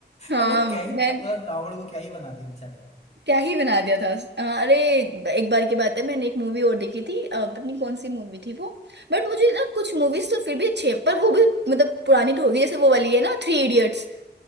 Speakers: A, on the right; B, on the left.
A: हाँ
B: मतलब क्या ही मतलब
A: मैं
B: रावण को क्या ही बना दिया बेचारे को
A: क्या ही बना दिया था हाँ, अरे एक बार की बात है मैंने एक मूवी और देखी थी अ, पता नहीं कौन सी मूवी थी वो बट मुझे ना कुछ मूवीज तो फिर भी अच्छे हैं पर वो भी मतलब पुरानी तो होगी जैसे वो वाली है ना थ्री इडियट्स